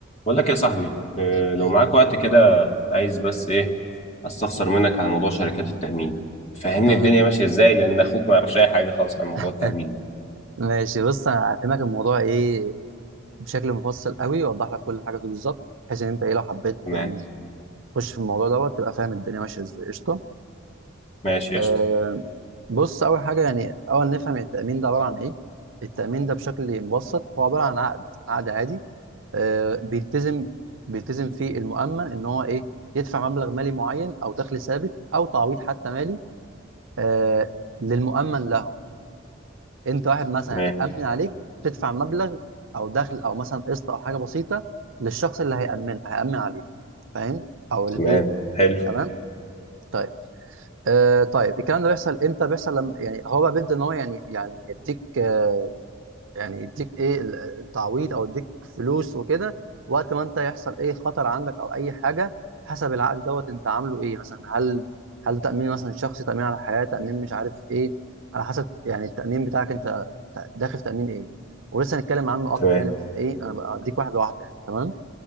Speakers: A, on the left (about 35°); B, on the right (about 75°).
A: بقول لك يا صاحبي آه،
B: ايه
A: لو معاك وقت كده عايز بس ايه استفسر منك على موضوع شركات التأمين فهمني
B: تمام
A: الدنيا ماشية ازاي لان اخوك ما يعرفش اي حاجة خالص عن موضوع
B: <laughs>
A: التأمين ده.
B: ماشي بص انا هفهمك الموضوع ايه بشكل مفصل قوي واوضح لك كل حاجه فيه بالظبط بحيث ان انت ايه لو حبيت
A: تمام
B: يعني تخش في الموضوع دوت تبقى فاهم الدنيا ماشيه ازاي قشطه
A: ماشي
B: آه
A: قشطة
B: بص اول حاجه يعني اول نفهم التامين ده عباره عن ايه التامين ده بشكل مبسط هو عباره عن عقد عقد عادي آه بيلتزم بيلتزم فيه المؤمن ان هو ايه يدفع مبلغ مالي معين او دخل ثابت او تعويض حتى مالي آه للمؤمن له انت واحد مثلا
A: تمام
B: هيتامن عليك تدفع مبلغ او دخل او مثلا قسط او حاجه بسيطه للشخص اللي هيامن هيامن عليك فاهم او الايه
A: تمام حلو
B: تمام طيب آه طيب الكلام ده بيحصل امتى بيحصل لما يعني هو بقى بيبدا ان هو يعني يعني يديك آه، يعني يديك ايه ال- التعويض او يديك فلوس وكده وقت ما انت يحصل ايه خطر عندك او اي حاجه حسب العقد دوت انت عامله ايه مثلا هل هل تامين مثلا شخصي تامين على الحياه تامين مش عارف ايه على حسب يعني التامين بتاعك انت ت- داخل في تامين ايه ولسه هنتكلم عنه اكتر
A: تمام
B: يعني بس ايه انا بديك واحده واحده يعني تمام